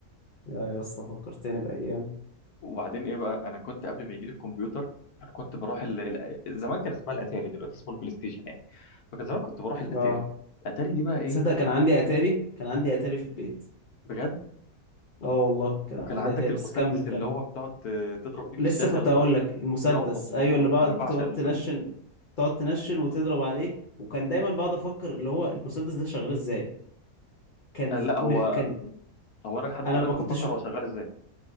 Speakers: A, on the left; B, on the left.
A: يا يا اسطى فكرتني بايام
B: وبعدين ايه بقى انا كنت قبل ما يجي لي الكمبيوتر انا كنت بروح ال... ال- زمان كان اسمها الاتاري دلوقتي اسمه البلاي ستيشن يعني فكان زمان كنت بروح الاتاري
A: اه
B: الاتاري دي بقى ايه
A: تصدق كان عندي اتاري كان عندي اتاري في البيت
B: بجد
A: اه والله كان
B: وكان
A: عندي
B: عندك
A: اتاري
B: المسدس
A: بس كمل كمل
B: اللي هو بتقعد ت- تضرب فيه في
A: لسه
B: الشاشه
A: كنت
B: ال-
A: هقول لك المسدس
B: يا الله
A: ايوه اللي بقعد
B: انا بعشق
A: بتقعد
B: المسدس
A: تنشن
B: ده
A: تقعد تنشن وتضرب عليه وكان دايما بقعد افكر اللي هو المسدس ده شغال ازاي كان
B: أنا
A: في...
B: لا
A: م...
B: هو
A: كان
B: هو انا لحد
A: انا
B: دلوقتي
A: ما كنتش
B: بفكر هو شغال ازاي